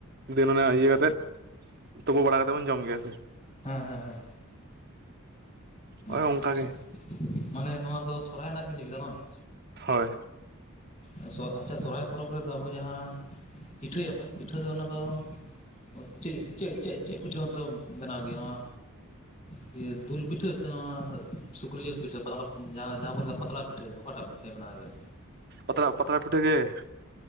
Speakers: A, on the right (about 45°); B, on the left (about 20°).
A: ᱫᱤᱱᱢᱮ ᱤᱭᱟᱹ ᱠᱟᱛᱮᱫ ᱛᱩᱯᱩ ᱵᱟᱲᱟ ᱠᱟᱛᱮᱫ ᱵᱚᱱ ᱡᱚᱢ ᱜᱮᱭᱟ ᱥᱮ᱾
B: ᱦᱮᱸ ᱦᱮᱸ ᱦᱮᱸ
A: ᱦᱳᱭ
B: ᱟᱪᱪᱷᱟ
A: ᱚᱱᱠᱟ ᱜᱮ
B: ᱢᱟᱱᱮ ᱱᱚᱣᱟ ᱫᱚ ᱥᱚᱨᱦᱟᱭ ᱨᱮᱱᱟᱜ ᱵᱤᱱ ᱞᱟᱹᱭ ᱠᱮᱫᱟ ᱵᱟᱝ?
A: ᱦᱳᱭ
B: ᱮᱸ ᱥᱚ ᱟᱪᱪᱷᱟ ᱥᱚᱨᱦᱟᱭ ᱯᱚᱨᱚᱵᱽ ᱨᱮᱫᱚ ᱟᱵᱚ ᱡᱟᱦᱟᱸ ᱯᱤᱴᱷᱟᱹᱭᱟᱵᱚᱱ ᱯᱤᱴᱷᱟᱹ ᱫᱚ ᱚᱱᱟ ᱫᱚ ᱚᱸ ᱪᱮᱜ-ᱪᱮᱜ-ᱪᱮᱜ-ᱪᱮᱜ ᱯᱤᱴᱷᱟᱹ <unintelligible> ᱵᱮᱱᱟᱣ ᱜᱮᱭᱟ ᱱᱚᱣᱟ ᱫᱤᱭᱟᱹ ᱫᱩᱞ ᱯᱤ ᱴᱷᱟᱹ ᱥᱮ ᱱᱚᱣᱟ ᱥᱩᱠᱨᱤ ᱡᱤᱞ ᱯᱤᱴᱷᱟᱹ ᱯᱟᱛᱲᱟ ᱡᱟᱦᱟᱸ ᱢᱟᱦᱟᱸ ᱵᱚᱱ ᱞᱟᱹᱫᱟ ᱯᱟᱛᱲᱟ ᱯᱤᱴᱷᱟᱹ ᱚᱠᱟᱴᱟᱜ ᱯᱮ ᱵᱮᱱᱟᱣ ᱜᱮᱭᱟ?
A: ᱯᱛᱲᱟ ᱯᱛᱲᱟ ᱯᱤᱴᱷᱟᱹ ᱜᱮ ᱾